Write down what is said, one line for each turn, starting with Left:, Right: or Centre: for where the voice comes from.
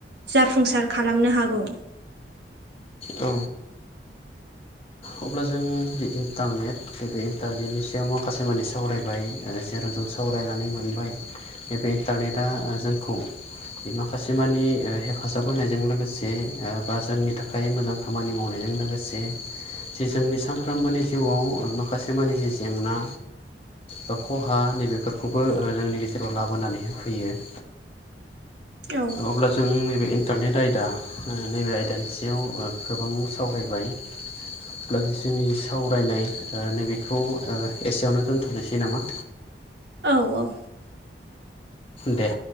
Right: जाफुंसार खालामनो हागौ
Left: औ अब्ला जों इन्टारनेट दा बे इन्टारनेटनि सायाव माखासेमानि सावरायबाय जेराव जों सावरायनानै मोनबाय बे इन्टारनेटआ जोंखौ बे माखासे मानि हेफाजाब होनायजों लोगोसे बा जोंनि थाखाय मोजां खामानि मावनायजों लोगोसे जे जोंनि सानफ्रोमबोनि जिउआव माखासे मानि जि जेंना बा खहा नैबेफोरखौबो जोंनि गेजेराव लाबोनानै होफैयो <inaudible>
Right: औ
Left: अब्ला जों नैबे इन्टारनेट आयदा नैबे आयदानि सायाव गोबां सावरायबाय अब्ला जोंनि सावरायनाय ओ नैबेखौ ओ एसेयावनो दोनथ'नोसै नामा
Right: औ औ
Left: दे